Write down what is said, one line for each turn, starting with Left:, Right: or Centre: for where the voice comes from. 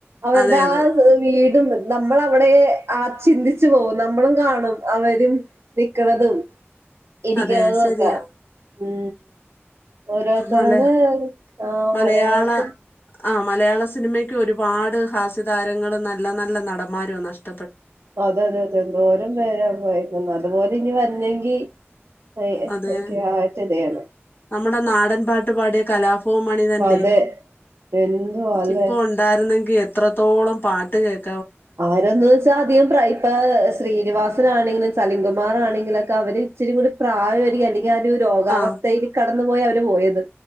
Right: അവരുടെ
Left: അതെ അതെ
Right: ആ വീട് നമ്മളവിടെ ആ ചിന്തിച്ചു പോകും നമ്മളും കാണും അവരും നിക്കണതും ഇരിക്കണതും
Left: അതെ ശരിയാ
Right: ഒക്കെ മ് ഓരോരുത്തരുടെ
Left: മല
Right: ആ
Left: മലയാള
Right: മലയാളത്തിൽ
Left: ആ മലയാള സിനിമയ്ക്ക് ഒരുപാട് ഹാസ്യ താരങ്ങൾ നല്ല നല്ല നടന്മാരോ നഷ്ടം
Right: അത അതെ അതെ എന്തോരം പേരാ പോയി അതുപോലെ ഇനി വരുന്നെങ്കി <unintelligible>
Left: അതെ
Right: ഇതയാണ്
Left: നമ്മുടെ നാടൻ പാട്ടു പാടിയ കലാ ഇപ്പോ മണി തന്നെ
Right: അതെ എന്തുവാ അല്ലെ
Left: ഇപ്പൊ ഉണ്ടായിരുന്നെങ്കിൽ എത്രത്തോളം പാട്ട് കേട്ട
Right: ആരന്നുവെച്ചാ അധികം പ്ര ഇപ്പ ശ്രീനിവാസ ണെങ്കിലും ചലിങ്കുമാർ ആണെങ്കിലുംക്കെ അവര് ഇച്ചരി കൂടി പ്രായ അല്ലെങ്കിൽ ആ ഒരു രോഗാവസ്ഥയിൽ
Left: ആ
Right: പോയി അവര് പോയത്